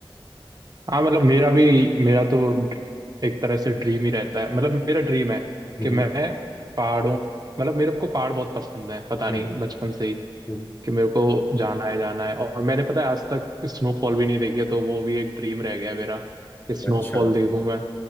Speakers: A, on the right (about 45°); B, on the left (about 25°).
A: हाँ मतलब मेरा भी मेरा तो एक तरह से ड्रीम ही रहता है मतलब मेरा ड्रीम है
B: हम्म
A: कि मैं पहाड़ों मतलब मेरे को पहाड़ बहुत पसंद है पता
B: हम्म,
A: नहीं बचपन से ही
B: हम्म।
A: कि मेरे को जाना है जाना है और मैंने पता है आज तक स्नोफॉल भी नहीं देखी है तो वो भी एक ड्रीम रह गया है मेरा कि स्नोफॉल
B: अच्छा
A: देखूं मैं